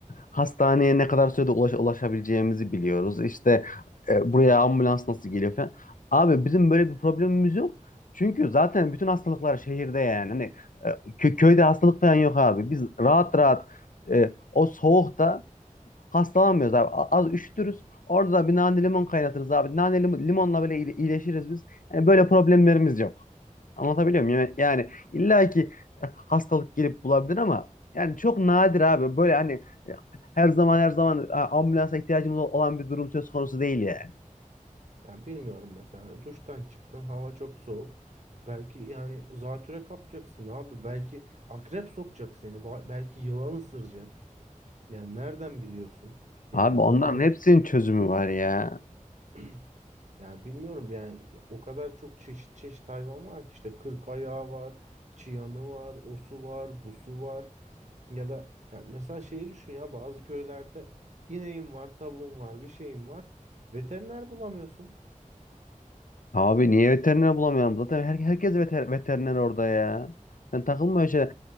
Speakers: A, on the left (about 75°); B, on the right (about 60°).
A: hastaneye ne kadar sürede ulaş, ulaşabileceğimizi biliyoruz. İşte e, buraya ambulans nasıl geliyor falan. Abi bizim böyle bir problemimiz yok. Çünkü zaten bütün hastalıklar şehirde yani. Hani e, kö- köyde hastalık falan yok abi. Biz rahat rahat e, o soğukta Hastalanmıyoruz abi. A- Az üşütürüz. Orada da bir nane limon kaynatırız abi. Nane lim- limonla böyle iyile- iyileşiriz biz. Yani böyle problemlerimiz yok. Anlatabiliyor muyum? Yani, yani illa ki e, hastalık gelip bulabilir ama yani çok nadir abi. Böyle hani e, her zaman her zaman e, ambulansa ihtiyacımız ol- olan bir durum söz konusu değil yani.
B: Ya bilmiyorum mesela. Duştan çıktın, hava çok soğuk. Belki yani zatüre kapacaksın abi. Belki akrep sokacak seni. Ba- Belki yılan ısıracak. Yani nereden biliyorsun? Yani
A: Abi
B: o,
A: onların
B: o
A: hepsinin çözümü var ya.
B: <clears throat> Yani bilmiyorum yani o kadar çok çeşit çeşit hayvan var ki işte kırk ayağı var, çıyanı var, osu var, busu var. Ya da ya mesela şeyi düşün ya bazı köylerde ineğim var, tavuğum var, bir şeyim var. Veteriner bulamıyorsun.
A: Abi niye veteriner bulamayalım? Zaten her, herkes veter, veteriner orada ya. Sen takılma öyle şey.